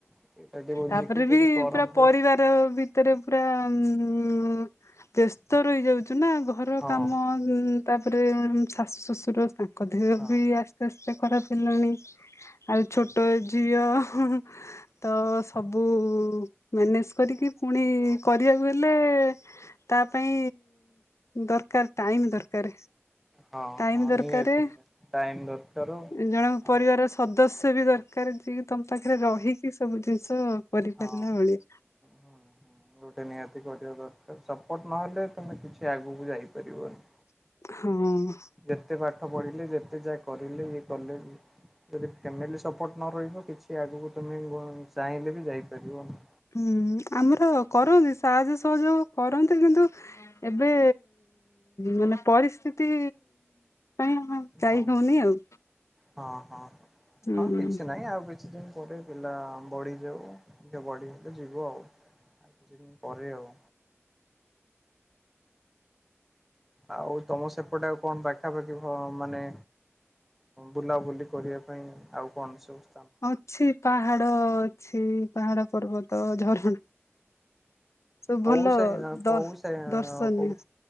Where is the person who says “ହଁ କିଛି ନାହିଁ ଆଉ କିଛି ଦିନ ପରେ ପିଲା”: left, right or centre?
Centre